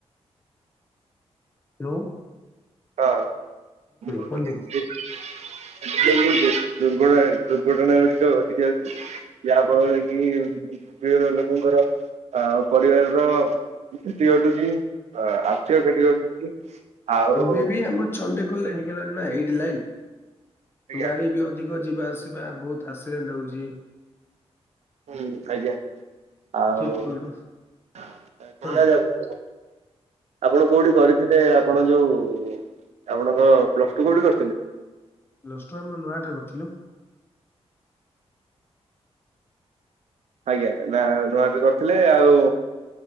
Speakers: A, on the left; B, on the right.
A: ହାଲୋ।
B: ହଁ <inaudible> ଦୁର୍ଘଟଣା-ଦୁର୍ଘଟଣା
A: କୁହନ୍ତୁ।
B: ଗୁଡିକ ଘଟିକି ଯାଉଚି। ଯାହା ଫଳରେ କି ବିଭିନ୍ନ ଲୋକଙ୍କର ଅ ପରିବାରର କ୍ଷତି ଘଟୁଚି, ଅ ଆର୍ଥିକ କ୍ଷତି ଘଟୁଚି ଆଉ
A: <unintelligible> ଚଣ୍ଡେଖୋଲ୍ ରେ ହେଇଗଲାଣି ନା ଏଇଟ୍ ଲାଇନ୍,
B: ଆଜ୍ଞା
A: ଗାଡି ବି ଅଧିକ ଯିବା ଆସିବା ବହୁତ୍ ଆକ୍ସିଡେଣ୍ଟ ହଉଚି।
B: ହୁଁ, ଆଜ୍ଞା
A: କିଏ କୁଆଡୁ
B: ଆଉ <inaudible>
A: କୁହନ୍ତୁ।
B: ଆପଣ କୋଉଠି କରିଥିଲେ ଆପଣ ଯୋଉ ଆପଣଙ୍କ ପ୍ଲସ ଟୁ କୋଉଠି କରିଥିଲେ?
A: ପ୍ଲସ୍ ଟୁ ଆମ ନୂଆହାଟ ରେ କରିଥିଲୁ।
B: ଆଜ୍ଞା, ନା ନୂଆହାଟ ରେ କରିଥିଲେ ଆଉ